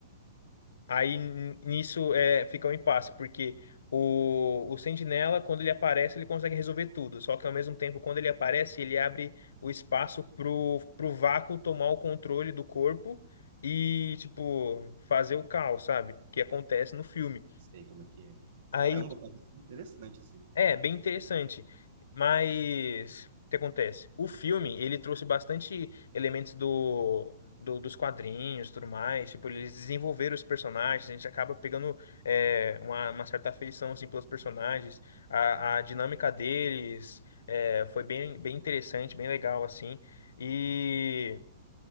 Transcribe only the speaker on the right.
Sei como é que é.
Caramba, parece interessante, assim.